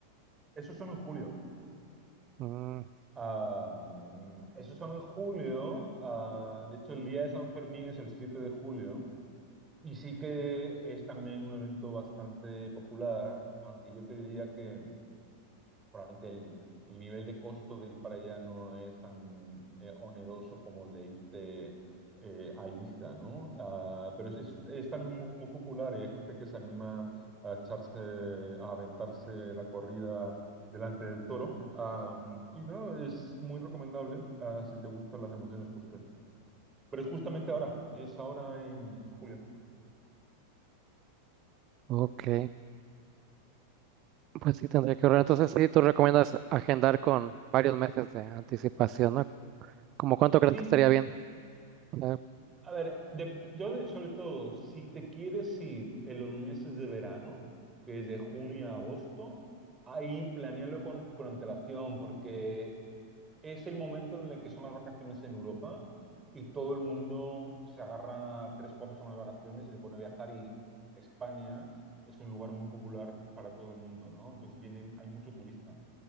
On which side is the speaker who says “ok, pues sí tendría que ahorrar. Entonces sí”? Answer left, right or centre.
Right